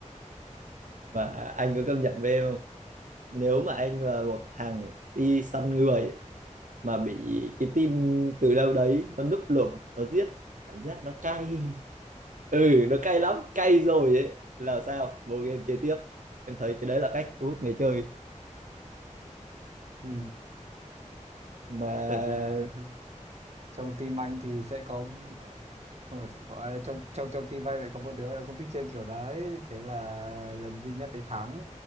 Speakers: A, on the right; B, on the right.
A: và anh có công nhận với em không nếu mà anh là một thằng đi săn người mà bị cái team từ đâu đấy nó núp lùm nó giết cảm giác nó cay ừ nó cay lắm cay rồi ấy là sao vô game chơi tiếp em thấy cái đấy là cách thu hút người chơi
B: Ừ.
A: mà
B: Thật là trong team anh thì sẽ có xong rồi sẽ có à, trong trong trong team bay lại có một đứa là không thích chơi kiểu đấy thế là lần duy nhất đấy thắng